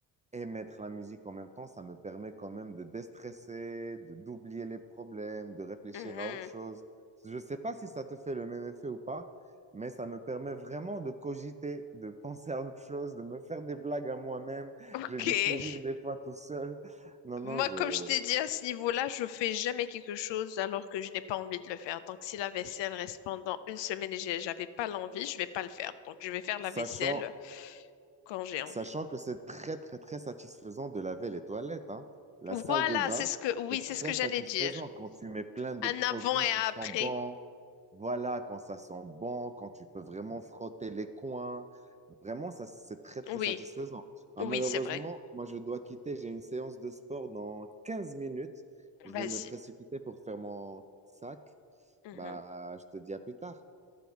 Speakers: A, on the right; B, on the left.
A: et mettre la musique en même temps, ça me permet quand même de déstresser, de d'oublier les problèmes, de réfléchir
B: Mhm.
A: à autre chose. Je ne sais pas si ça te fait le même effet ou pas, mais ça me permet vraiment de cogiter, de penser à autre chose, de me faire des blagues à moi-même.
B: Ok.
A: J'ai des sourires des fois tout seul. Non, non,
B: Moi,
A: je...
B: comme je t'ai dit, à ce niveau-là, je fais jamais quelque chose alors que je n'ai pas envie de le faire. Donc, si la vaisselle reste pendant une semaine et j'ai- j'avais pas l'envie, je vais pas le faire. Donc, je vais faire la
A: sachant
B: vaisselle quand j'ai envie.
A: Sachant que c'est très, très, très satisfaisant de laver les toilettes, hein. La salle
B: Voilà,
A: de bain,
B: c'est ce que, oui,
A: c'est
B: c'est
A: très
B: ce que j'allais
A: satisfaisant
B: dire.
A: quand tu mets plein de
B: Un
A: produits
B: avant et
A: qui
B: un
A: sont
B: après.
A: bons. Voilà, quand ça sent bon, quand tu peux vraiment frotter les coins. Vraiment, ça, c'est très, très
B: Oui,
A: satisfaisant. Ah,
B: oui,
A: malheureusement,
B: c'est vrai.
A: moi, je dois quitter. J'ai une séance de sport dans 15 minutes. Je
B: Vas-y.
A: vais me précipiter pour faire mon sac.
B: Mhm.
A: Bah, je te dis à plus tard.